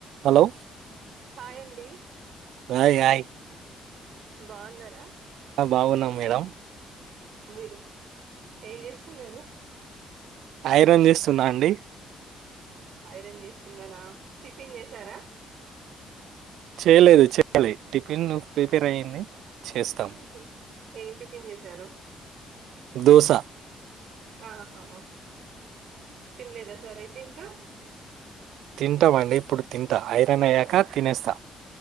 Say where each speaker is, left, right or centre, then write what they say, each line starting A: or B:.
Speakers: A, on the right (about 80°); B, on the right (about 65°).
A: Hello
B: హాయండి
A: hi hi
B: బావున్నా రా
A: బావున్నా మేడం
B: మీరు ఏం చేస్తున్నారు
A: ఐరన్ చేస్తున్నా అండి
B: ఐరన్ చేస్తున్నారా టిఫిన్ చేసారా
A: చేయలేదు చేయాలి టిఫిన్ ను ప్రిపేర్ అయ్యింది చేస్తాం
B: ఊహూ ఏం టిఫిన్ చేసారు
A: దోసా
B: ఆహా తినలేదా సార్ అయితే ఇంకా
A: తింటావండి ఇప్పుడు తింటా ఐరన్ అయ్యాక తినేస్తా